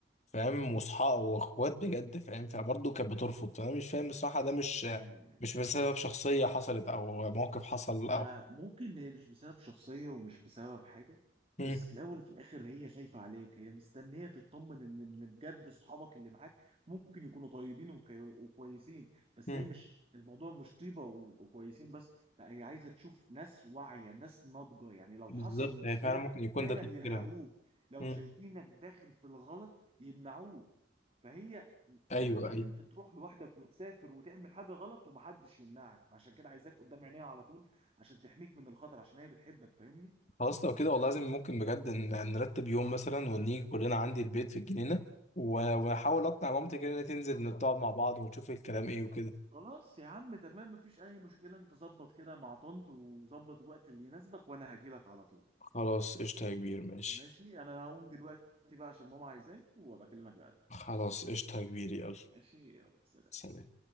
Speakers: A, on the left (about 40°); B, on the right (about 30°).
A: فاهم واصحاب واخوات بجد فاهم فبرضه كانت بترفض فانا مش فاهم بصراحه ده مش
B: إيه.
A: مش بسبب شخصيه حصلت او موقف حصل
B: ما
A: او
B: ممكن هي مش بسبب شخصية ومش بسبب حاجة
A: مم.
B: بس في الأول وفي الآخر هي خايفة عليك هي مستنية تطمن إن إن بجد أصحابك اللي معاك ممكن يكونوا طيبين وكي- وكويسين بس
A: مم.
B: هي مش الموضوع مش طيبة و- وكويسين بس لا هي عايزة تشوف ناس واعية ناس ناضجة يعني لو
A: بالظبط
B: حصل مشكلة
A: هي فعلا ممكن يكون
B: فعلا
A: ده تفكيرها
B: يلحقوك لو
A: مم.
B: شايفينك داخل في الغلط يمنعوك فهي خايفة
A: ايوه
B: إن
A: ايوه
B: أنت تروح لوحدك وتسافر وتعمل حاجة غلط ومحدش يمنعك فعشان كده عايزاك قدام عينيها على طول عشان تحميك من الخطر عشان هي بتحبك فاهمني
A: خلاص لو كده والله لازم ممكن بجد ن- نرتب يوم مثلا ونيجي كلنا عندي البيت في الجنينة و- واحاول اقنع مامتي كده ان هي تنزل نقعد مع بعض ونشوف الكلام ايه وكده
B: خلاص يا عم تمام مفيش اي مشكله انت ظبط كده مع طنط وظبط الوقت اللي يناسبك وانا هجيلك على طول
A: خلاص قشطة يا كبير ماشي
B: ماشي انا هقوم دلوقتي بقى عشان ماما عايزاني وابقى اكلمك بعد
A: خلاص قشطة يا كبير يلا
B: ماشي يلا سلام.
A: سلام